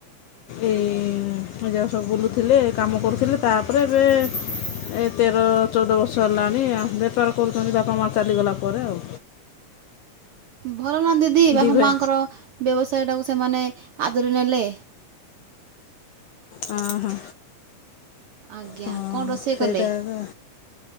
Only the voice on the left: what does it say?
ଏଇ ଜାଗା ସବୁ ବୁଲୁଥେଲେ କାମ କରୁଥେଲେ। ତାପରେ ଏବେ ଏ ତେର ଚଉଦ ବର୍ଷ ହେଲାଣି ବେପାର କରୁଛନ୍ତି ବାପା ମାଆ ଚାଲିଗଲା ପରେ ଆଉ।
ଦି ଭାଇ
ହଁ ହଁ,
ହଁ
ସେଇଟା
ତ